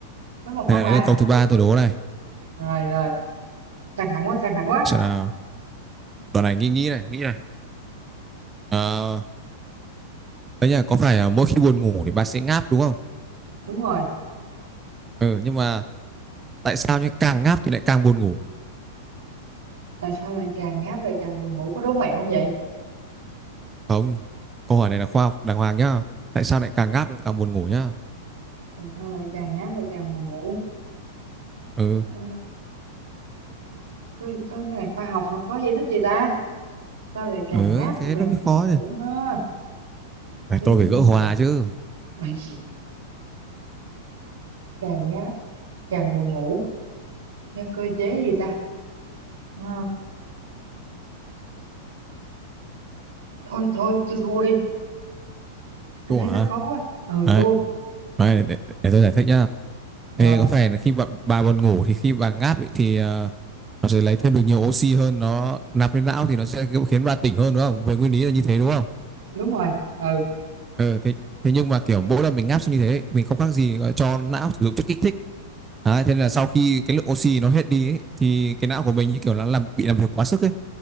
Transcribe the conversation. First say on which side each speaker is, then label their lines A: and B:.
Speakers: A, on the right; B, on the right.
A: mới một
B: này
A: không à
B: đấy là câu thứ ba
A: tôi
B: tôi
A: tôi
B: đố này
A: rồi rồi căng thẳng quá căng thẳng quá
B: sẽ là đoạn này nghĩ nghĩ này nghĩ này ờ đấy nhỉ có phải là mỗi khi buồn ngủ thì bà sẽ ngáp đúng không
A: đúng rồi
B: ừ nhưng mà tại sao nhá càng ngáp thì lại càng buồn ngủ
A: tại sao lại càng ngáp lại càng buồn ngủ có đố mẹo không vậy
B: không câu hỏi này là khoa học đàng hoàng nhá tại sao lại càng ngáp lại càng buồn ngủ nhá
A: tại sao lại càng ngáp lại càng buồn ngủ
B: ừ
A: Ờ, có có cái này khoa học mà có giải thích gì ta sao lại càng
B: ừ
A: ngáp lại
B: thế
A: càng
B: nó mới
A: buồn
B: khó
A: ngủ
B: chứ
A: á
B: phải
A: khi
B: tôi phải gỡ hòa
A: mà
B: chứ
A: <laughs> Ôi, càng ngáp càng buồn ngủ theo cơ chế gì ta Ờ, thôi thôi tôi thua đi tôi
B: cô
A: thấy
B: hả
A: nó khó quá ừ
B: đấy,
A: thua
B: đấy để, để, tôi giải thích nhá
A: rồi
B: Ê, có phải là khi bà, bà buồn ngủ thì khi bà ngáp ấy, thì ờ, nó sẽ lấy thêm được nhiều oxy hơn nó nạp lên não thì nó sẽ khiến bà tỉnh hơn đúng không về nguyên lý là như thế đúng không
A: đúng rồi ừ
B: ừ, thế thế nhưng mà kiểu mỗi lần mình ngáp xong như thế mình không khác gì gọi là cho não sử dụng chất kích thích Đấy, thế nên là sau khi cái lượng oxy nó hết đi ấy, thì cái não của mình như kiểu là làm bị làm việc quá sức ấy